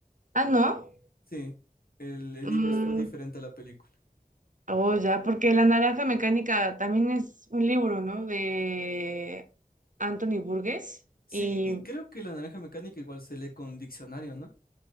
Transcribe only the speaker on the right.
ah, ¿no?
Mm,
oh, ya, porque La Naranja Mecánica también es un libro, ¿no? De Anthony Burgess.
Y